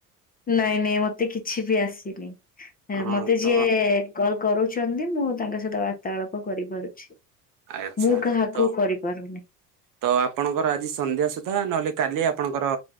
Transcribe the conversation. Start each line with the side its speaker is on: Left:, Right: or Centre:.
Left: ନାଇଁ ନାଇଁ ମତେ କିଛି ବି ଆସିନି
Right: ହଁ
Left: ମତେ
Right: ତ
Left: ଯିଏ କଲ କରୁଛନ୍ତି ମୁଁ ତାଙ୍କ ସହିତ ବାର୍ତ୍ତାଳାପ କରିପାରୁଛି
Right: ଆଚ୍ଛା
Left: ମୁଁ କାହାକୁ
Right: ତ
Left: କରି କରିବିନି
Right: ତ ଆପଣଙ୍କର ଆଜି ସନ୍ଧ୍ୟା ସୁଦ୍ଧା ନହେଲେ କାଲି ଆପଣଙ୍କର